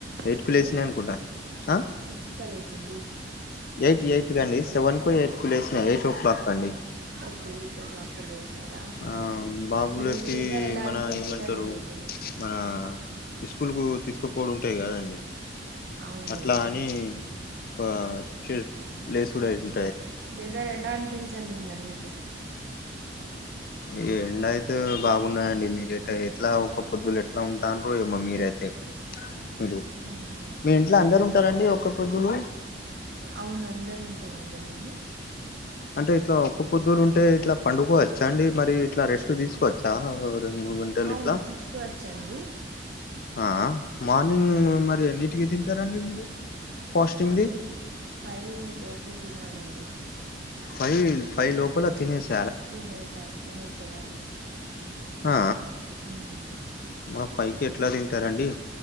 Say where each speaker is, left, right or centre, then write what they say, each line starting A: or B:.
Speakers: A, on the left; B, on the right.
A: ఎయిట్
B: ఎప్పుడు
A: కు లేసినాయి అనుకుంటా అ
B: సిక్స్ కా లేసింది
A: ఎయిట్ ఎయిట్ క అండి సెవెన్ కు ఎయిట్ కు లే వసినాయి ఎయిట్ ఓ క్లాక్ అండి
B: ఓకే ఎయిట్ ఓ క్లాక్ కు లేసారా
A: ఆ
B: సరే
A: బాబులకి
B: ఈ రోజు వెదర్ ఎలా
A: మన
B: అనిపించిందండి
A: ఏమంటారు
B: మీకు
A: మన ఇస్కూల్ కు తీసుక ఈప్పుడు ఉంటాయి కదండి
B: అవును
A: అట్లా అని క చే లేసుడ్ అయింది
B: వెదర్ ఎలా అనిపించంంది నిన్న నీకు ప్పు
A: ఈ ఎండ అయితే బాగున్నాయండి మీరు ఇట్టా ఎట్లా ఒక పొద్దులు ఎట్లా ఉంటండ్రో ఏమో మీరైతే మీరు
B: మ్హూ.
A: మీ ఇంట్లో అందరూ ఇస్తారండి ఒక్క పొద్దులు
B: అవును అందరు ఉంటామండి మేము
A: అంటే ఇట్లా ఒక్క పొద్దులు ఉంటే ఇట్లా పండుకోవచ్చ అండి మరి ఇట్లా రెస్ రెస్ట్ తీసుకొచ్చా రెండు మూడు గంటలు
B: అవును
A: ఇట్లా
B: తీసుకువచ్చండి
A: ఆ ఆ మార్నింగ్
B: ఉమ్,
A: మరి ఎన్నిటికి తింటారండి మీరు ఫాస్టింగ్
B: మార్నింగ్
A: ది
B: ఫైవ్ లోపు తినాలండి
A: ఫై ఫై లోపల తినేసి
B: తినేసా తినేసేయాలి
A: ఆ
B: హుమ్
A: మా ఫైవ్ కి ఎట్లా తింటారండి